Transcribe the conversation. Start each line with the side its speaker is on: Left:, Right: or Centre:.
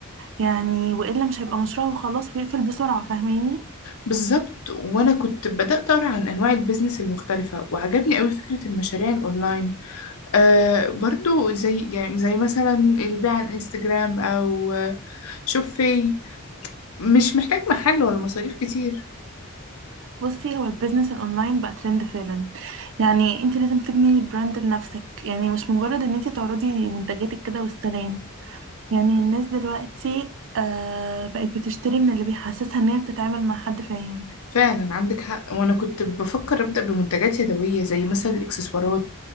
Right: يعني وإلا مش هيبقى مشروع وخلاص ويقفل بسرعة فاهماني
Left: بالظبط وانا كنت بدات اقرا عن انواع البيزنس المختلفه وعجبني قوي فكره المشاريع الاونلاين آه برضو زي يعني زي مثلا البيع على الانستجرام او آه، شوفي مش محتاج محل ولا مصاريف كتير
Right: بصي هو البيزنس الأونلاين بقى ترند فعلا يعني انت لازم تبني براند لنفسك يعني مش مجرد ان انت تعرضي منتجاتك كده والسلام يعني الناس دلوقتي آه بقت بتشتري من اللي بيحسسها ان هي بتتعامل مع حد فاهم
Left: فعلا عندك حق وانا كنت بفكر ابدا بمنتجات يدويه زي مثلا الاكسسوارات